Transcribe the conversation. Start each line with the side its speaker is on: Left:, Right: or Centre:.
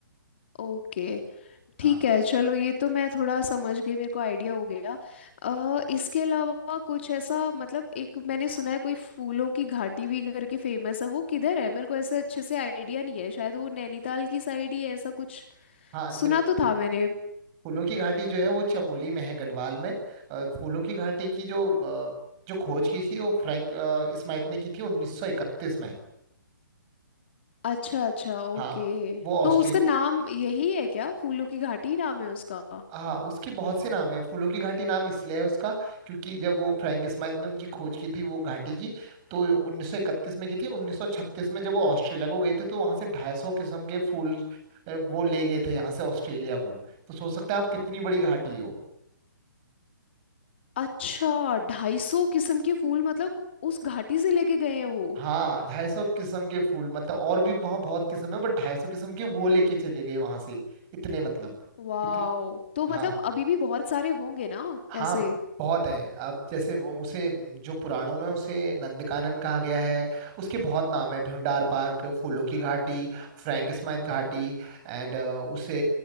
Left: ओके ठीक
Right: हाँ
Left: है चलो ये तो मैं थोड़ा समझ गई मेरे को आइडिया हो गया अ, इसके अलावा कुछ ऐसा मतलब एक मैंने सुना है कोई फूलों की घाटी भी करके फेमस है वो किधर है मेरे को ऐसे अच्छे से आइडिया नहीं है शायद वो नैनीताल की साइड ही है, ऐसा कुछ
Right: हाँ
Left: सुना तो था मैंने
Right: फूलों की घाटी जो है वो चमोली में है गढ़वाल में अ, फूलों की घाटी की जो अ, जो खोज की थी वो फ्रैंक अ, स्माइट ने की थी 1931 में
Left: अच्छा अच्छा ओके
Right: हाँ वो ऑस्ट्रेल
Left: तो उसका नाम यही है क्या फूलों की घाटी ही नाम है उसका
Right: हाँ उसके बहुत से नाम है फूलों की घाटी नाम इसलिए है उसका क्योंकि जब वो फ्रैंक स्माइट ने उनकी खोज की थी वो घाटी की तो 1931 में की थी 1936 में जब वो ऑस्ट्रेलिया को गए थे तो वहां से 250 किस्म के फूल अ, वो ले गए थे यहाँ से ऑस्ट्रेलिया को तो सोच सकते हैं आप कितनी बड़ी घाटी है वो
Left: अच्छा ढाई सौ किस्म के फूल मतलब उस घाटी से लेके गए हैं वो
Right: हाँ ढाई सौ किस्म के फूल मतलब और भी वहाँ बहुत किस्म है बट ढाई सौ किस्म के वो लेके चले गए वहां से इतने मतलब
Left: वाओ
Right: इतने
Left: तो मतलब
Right: हाँ
Left: अभी भी बहुत सारे होंगे ना
Right: हाँ
Left: ऐसे
Right: बहुत है अब जैसे वो उसे जो पुराणों में उसे नंदकानन कहा गया है उसके बहुत नाम है भ्यूंडार पार्क फूलों की घाटी फ्रैंक स्माइथ घाटी एंड उसे